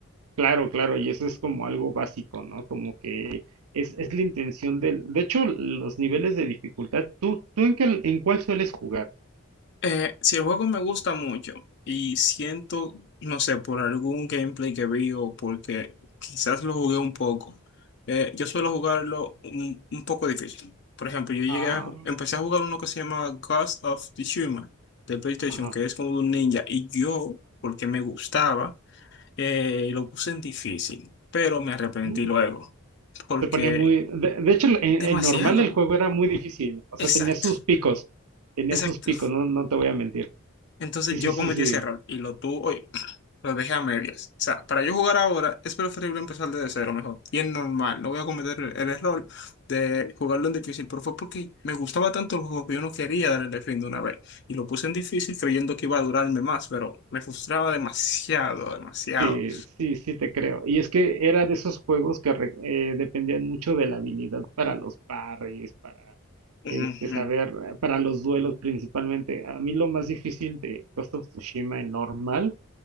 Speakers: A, on the right; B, on the left.
A: claro, claro. Y eso es como algo básico, ¿no? Como que es, es la intención del... De hecho, los niveles de dificultad, ¿tú, tú en qué, en cuál sueles jugar?
B: Eh, si el juego me gusta mucho y siento, no sé, por algún gameplay que vi o porque quizás lo jugué un poco, eh, yo suelo jugarlo un, un poco difícil. Por ejemplo, yo llegué
A: Ah,
B: a, ju- empecé a jugar uno que se llama Ghost of Tsushima de PlayStation,
A: ajá.
B: que es como de un ninja, y yo, porque me gustaba, eh, lo puse en difícil, pero me arrepentí
A: mm,
B: luego, porque
A: Se ponía muy... De, de hecho, en,
B: demasiado.
A: en normal el juego era muy difícil. O sea,
B: Exacto,
A: tenía sus picos. Tenía
B: exacto.
A: sus picos, no, no te voy a mentir.
B: Entonces
A: Sí, sí,
B: yo
A: sí,
B: cometí
A: sí.
B: ese error y lo tuve. Lo dejé a medias. O sea, para yo jugar ahora es preferible empezar desde cero mejor. Y es normal, no voy a cometer el el error de jugarlo en difícil, pero fue porque me gustaba tanto el juego que yo no quería darle el fin de una vez. Y lo puse en difícil creyendo que iba a durarme más, pero me frustraba demasiado, demasiado.
A: Sí, sí, sí te creo. Y es que era de esos juegos que re- eh, dependían mucho de la habilidad para los parries, para
B: Ujú.
A: este saber, eh, para los duelos principalmente. A mí lo más difícil de Ghost of Tsushima en normal